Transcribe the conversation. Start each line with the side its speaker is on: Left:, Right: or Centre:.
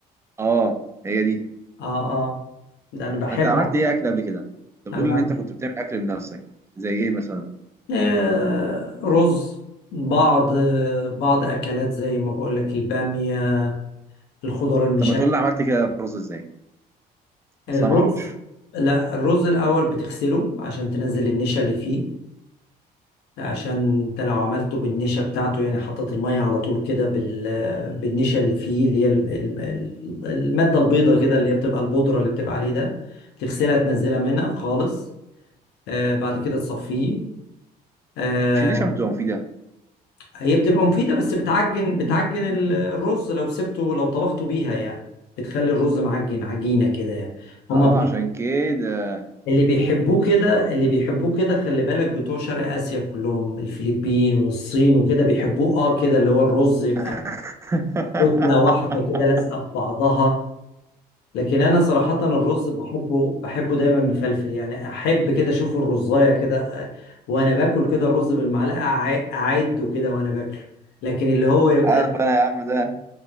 Right: اه هي دي
Left: اه اه ده انا بحبها
Right: انت عملت ايه اكل قبل كده انت
Left: انا
Right: بتقول
Left: بعملها.
Right: ان انت كنت بتعمل اكل لنفسك زي ايه مثلا
Left: آه رز بعض بعض اكلات زي ما بقول لك البامية الخضار المشا
Right: طب ما تقول لي عملت كده رز ازاي
Left: الرز
Right: اصلا ما اعرفش
Left: لا الرز الأول بتغسله عشان تنزل النشا اللي فيه عشان انت لو عملته بالنشا بتاعته يعني حطت المية على طول كده بال... بالنشا اللي فيه اللي هي ال- ال- ال- المادة البيضة كده اللي هي بتبقى البودرة اللي بتبقى عليه ده تغسلها تنزلها منها خالص آه بعد كده تصفيه آه
Right: مش النشا بتبقى مفيده
Left: هي بتبقى مفيدة بس بتعجن بتعجن ال- الرز لو سبته لو طبخته بيها يعني بتخلي الرز معجن عجينة كده يعني هما
Right: اه عشان كده
Left: اللي بيحبوه كده اللي بيحبوه كده خلي بالك بتوع شرق آسيا كلهم الفلبين والصين وكده بيحبوه اه كده اللي هو الرز يبقى
Right: <laughs>
Left: كتلة واحدة كده لازقة في بعضها لكن انا صراحة الرز بحبه بحبه دايما مفلفل يعني احب كده اشوف الرزاية كده آه، وانا باكل كده الرز بالمعلقة أع- اعده كده وانا باكله لكن اللي هو يبقى
Right: عارف انا يا عم ده